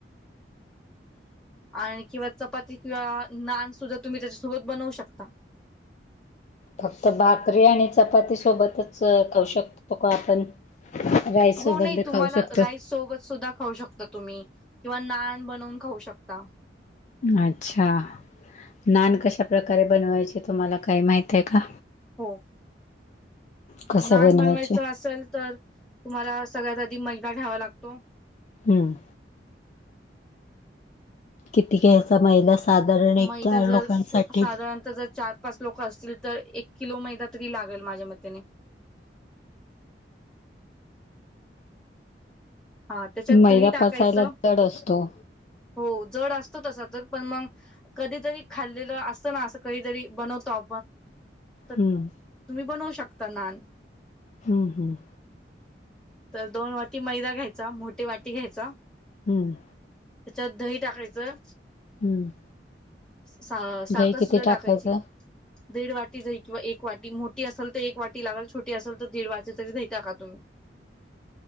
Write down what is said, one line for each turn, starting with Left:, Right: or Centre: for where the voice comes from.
Centre: आणि किंवा चपाती किंवा नान सुद्धा तुम्ही त्याच्यासोबत बनवू शकता <unintelligible>
Left: फक्त भाकरी आणि चपाती सोबतच खाऊू शकतो का आपण राईस
Centre: हो
Left: सोबत
Centre: नाही,
Left: बी
Centre: तुम्हाला
Left: खाऊ शकतो.
Centre: राईस सोबत सुद्धा खाऊ शकतात. तुम्ही किंवा नान बनवून खाऊ शकता.
Left: अच्छा!
Centre: हम्म
Left: नान कशा प्रकारे बनवायचे तुम्हाला काही माहित आहे का?
Centre: हो.
Left: कसे
Centre: नान
Left: बनवायचे?
Centre: बनवायचं असल तर, तुम्हाला सगळ्यात आधी मैदा घ्यावा लागतो.
Left: हम. किती घ्यायचा मैदा? साधारण एक
Centre: मैदा
Left: चार
Centre: जर
Left: लोकांसाठी?
Centre: साधारणत जर चार पाच लोक असतील तर एक किलो मैदा तरी लागेल माझ्या मतेने. अ त्याच्यात
Left: मैदा
Centre: दही टाकायचं
Left: पचायला जड असतो.
Centre: हो जड असतो तसा तर पण मग कधीतरी खाल्लेलं असतं ना अस कहीतरी बनवतो तुम्ही
Left: हम्म
Centre: बनवू शकता नान
Left: हम्म हम्म
Centre: तर दोन वाटी मैदा घ्यायचा मोठे वाटी घ्यायचा
Left: हम्म
Centre: त्या दही टाकायचं
Left: हम्म
Centre: सा साखर
Left: दही किती
Centre: सुद्धा
Left: टाकायचं?
Centre: टाकायची दीड वाटी जाई किंवा एक वाटी मोठी असेल तर एक वाटी लागल छोट असेल तर दीड वाटी तरी जा टाका तुम्ही